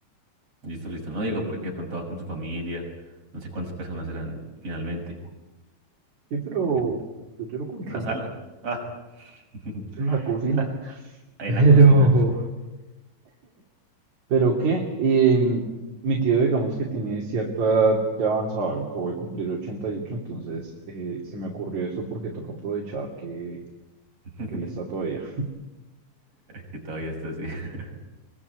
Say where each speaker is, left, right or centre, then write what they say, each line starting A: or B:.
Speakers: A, on the right (about 50°); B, on the right (about 70°).
A: listo, listo. No digo porque de pronto va con su familia, no sé cuántas personas eran finalmente,
B: Sí, pero
A: porque
B: yo tiro colchón
A: la sala, ah, <laughs>
B: es en la cocina.
A: ah,
B: <laughs>
A: en
B: Pero,
A: la cocina,
B: pero qué, Em, mi tío digamos que tiene cierta edad ya avanzada, acabo voy a cumplir 88 entonces eh, se me ocurrió esto porque toca aprovechar que,
A: <laughs>
B: que él está todavía.
A: que todavía está así. <laughs>